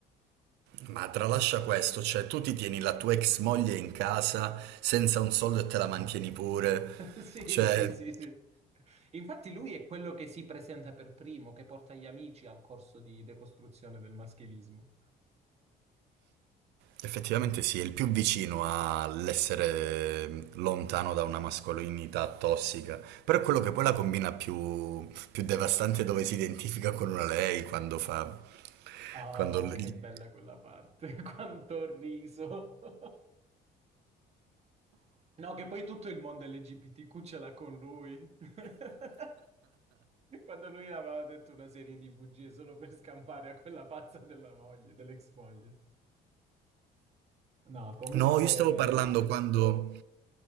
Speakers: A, on the right; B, on the right.
A: Ma tralascia questo, cioè tu ti tieni la tua ex moglie in casa senza un soldo e te la mantieni pure.
B: <laughs> Sì,
A: Cioè,
B: sì, sì, sì. Infatti lui è quello che si presenta per primo, che porta gli amici al corso di decostruzione del maschilismo.
A: Effettivamente sì, è il più vicino all'essere lontano da una mascolinità tossica, però è quello che poi la combina più, più devastante dove si identifica con una lei quando fa...
B: Oh,
A: quando gli-
B: che bella quella parte, <laughs> quanto ho riso. <laughs> No, che poi tutto il mondo LGBTQ ce l'ha con lui. <laughs> Quando lui aveva detto una serie di bugie solo per scampare a quella pazza della moglie, dell'ex moglie. No, comunque,
A: No, io stavo parlando quando,